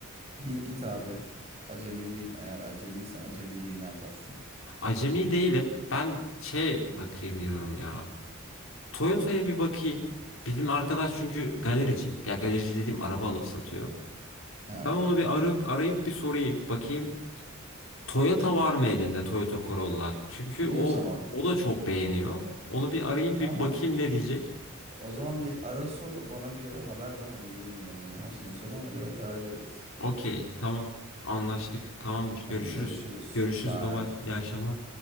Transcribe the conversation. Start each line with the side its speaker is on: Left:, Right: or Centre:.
Right: Bin git abi. Acemiliğin eğer acemiysen acemiliğini atarsın.
Left: Acemi değilim. Ben şey bakayım diyorum ya. Toyota'ya bir bakayım. Bizim arkadaş çünkü galerici. Ya galerici dediğim araba alıp satıyor.
Right: Evet.
Left: Ben onu bir arayıp arayıp bir sorayım. Bakayım Toyota var mı elinde Toyota Corolla? Çünkü
Right: İyi
Left: o
Right: o zaman.
Left: o da çok beğeniyor. Onu bir arayayım
Right: Tamam.
Left: bir bakayım ne diyecek.
Right: O zaman bir ara sor bana göre haber ver hani yılını malını her şeyini söyle ona göre karar veririz.
Left: Okey, tamam. Anlaştık. Tamamdır.
Right: Hadi
Left: Görüşürüz.
Right: görüşürüz.
Left: Görüşürüz
Right: Bye.
Left: babay İyi akşamlar.